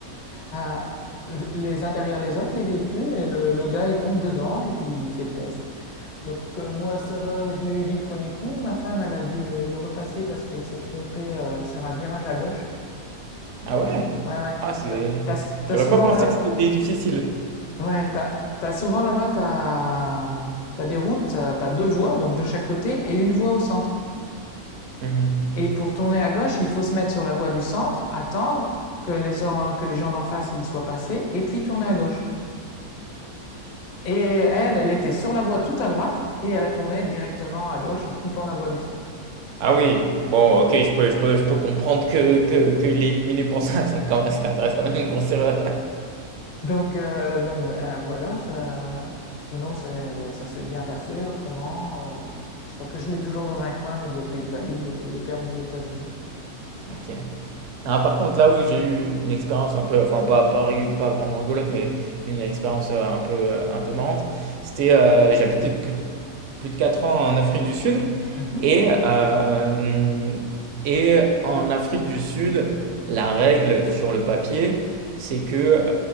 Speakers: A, on the left (about 40°); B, on the right (about 65°).
A: à- à- les uns derrière les autres, les véhicules, et le, le gars, il monte dedans et puis il fait le test. Donc, euh, moi, ça va, je l'ai eu du premier coup. Ma femme, elle a dû le, le repasser parce qu'elle s'est trompée euh, sur un virage à gauche.
B: Ah ouais?
A: Ouais, ouais.
B: Ah, c'est.
A: T'as, t'as- t'as
B: J'aurais
A: souvent
B: pas pensé
A: là,
B: que c'était difficile.
A: ouais, t'as, t'as souvent là-bas, t'as, t'as des routes, t'as, t'as deux voies, donc de chaque côté, et une voie au centre.
B: Mhm.
A: Et pour tourner à gauche, il faut se mettre sur la voie du centre, attendre que les, en- que les gens d'en face y soient passés, et puis tourner à gauche. Et elle, elle était sur la voie tout à droite, et elle a tourné directement à gauche en coupant la voie du centre.
B: Ah oui, bon, OK, je peux je peux je peux comprendre que que qu'il est éliminé pour ça, <laughs> ça quand ça reste quand même une grosse erreur.
A: Donc, euh, donc ben, voilà, ça, sinon c'est- ça s'est bien passé. Autrement, euh, je crois que je l'ai toujours dans un coin, mais il doit plus être valide, le, le permis des États-Unis.
B: <laughs> OK. Ah, par contre, là où j'ai eu une expérience un peu, enfin pas, pas, rigu- pas vraiment rigolote, mais une expérience euh, un peu, un peu marrante, c'était euh, j'habitais plus, de- plus de 4 ans en Afrique du Sud
A: Mhm.
B: et, euh, et en Afrique du Sud, la règle sur le papier, c'est que